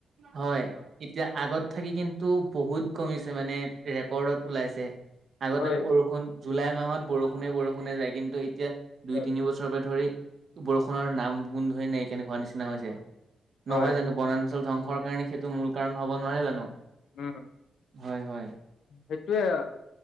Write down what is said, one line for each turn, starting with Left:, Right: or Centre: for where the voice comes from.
Right: হয় এতিয়া আগত থাকি কিন্তু বহুত কমিছে মানে ৰেকৰ্ডত ওলাইছে। আগতে
Left: হয়,
Right: বৰষুণ জুলাই মাহত বৰষুণে বৰষুণে যায় কিন্তু এ দুই
Left: হয়,
Right: তিনি বছৰৰ পৰা ধৰি বৰষুণৰ নাম গোন্ধই নাই তেনেকোৱা নিচি এনে হৈছে
Left: হয়,
Right: নহয় জানো? বনাঞ্চল ধ্বংসৰ কাৰণে সেইটো মূল কাৰণ হব নোৱাৰে জানো?
Left: উম।
Right: হয় হয়।
Left: সেইটোয়ে